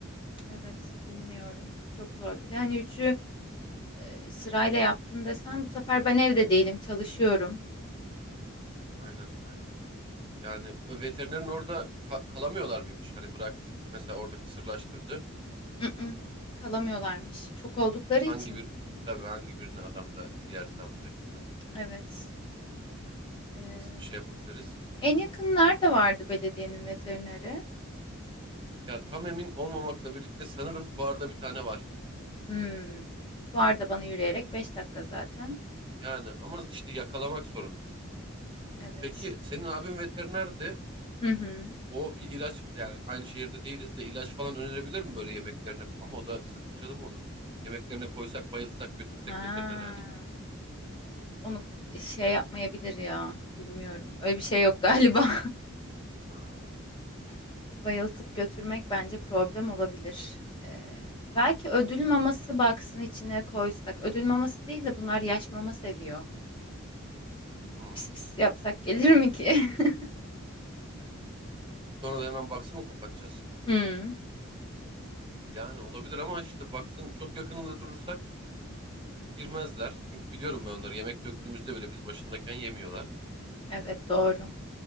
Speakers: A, on the left (about 25°); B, on the right (about 25°).
A: Evet, bilmiyorum. Çok zor. Bir de hani üçü e, sırayla yaptın desem bu sefer ben evde değilim, çalışıyorum.
B: Aynen aynen. Yani ö, veterinerin orada ka- kalamıyorlar mıymış? Hani bırak mesela orada kısırlaştırdı.
A: Mm-mm, kalamıyorlarmış. Çok oldukları için.
B: Hangi bir tabii hangi birine adam da yer sağlayacak değil mi?
A: Evet. E,
B: Nasıl bir şey yapabiliriz?
A: en yakın nerede vardı belediyenin veterineri?
B: Ya tam emin olmamakla birlikte sanırım fuarda bir tane var.
A: Hmm. Fuarda bana yürüyerek 5 dakika zaten.
B: Yani ama işte yakalamak sorun.
A: Evet.
B: Peki senin abin veterinerdi.
A: Hı hı.
B: O bir ilaç yani aynı şehirde değiliz de ilaç falan önerebilir mi böyle yemeklerine? Ama o da sakıncalı mı olur? Yemeklerine koysak, bayılsak, götürsek
A: Ha.
B: veterinere hani.
A: Onu şey yapmayabilir ya. Bilmiyorum. Öyle bir şey yok galiba.
B: Ha,
A: <laughs> Bayıltıp götürmek bence problem olabilir. Ee, belki ödül maması baksın içine koysak. Ödül maması değil de bunlar yaş mama seviyor.
B: hmm.
A: Pis pis yapsak gelir mi ki? <laughs>
B: Sonra da hemen box'ı mı kapatacağız?
A: Hmm,
B: Yani olabilir ama işte baksın çok yakınında durursak Girmezler. Çünkü biliyorum ben onları. Yemek döktüğümüzde bile biz başındayken yemiyorlar.
A: evet doğru.